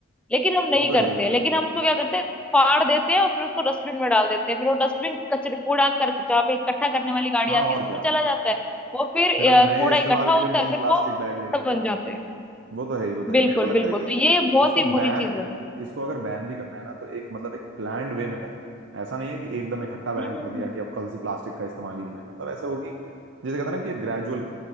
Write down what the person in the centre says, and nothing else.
लेकिन हम नहीं
करते
हैं।
लेकिन
हम उसको क्या करते हैं फाड़ देते हैं और फिर उसको डस्टबिन में डाल देते हैं फिर वो डस्टबिन कचरे कूड़ा कर जहाँ पे इकट्ठा करने वाली गाड़ी
आती
है उसमें
चला जाता है वो फिर
अ,
कूड़ा
इकट्ठा
होता
है
फिर
वो
कूड़ा बन
जाते हैं
बिल्कुल
बिल्कुल
तो ये बहुत
ही बुरी
चीज है
हम्म हम्म,
हम्म,